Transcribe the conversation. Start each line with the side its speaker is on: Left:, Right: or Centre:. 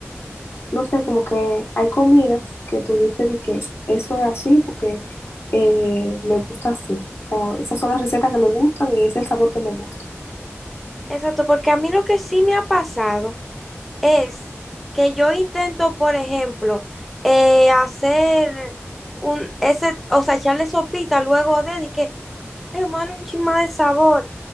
Left: no sé, como que hay comidas que tú dices de que eso es así porque eh, me gusta así. O sea, esas son las recetas que me gustan y ese es el sabor que me gusta.
Centre: exacto, porque a mí lo que sí me ha pasado es que yo intento, por ejemplo, eh, hacer un, ese, o sea, echarle sopita luego de, y que, ay, hermano, un chin más de sabor.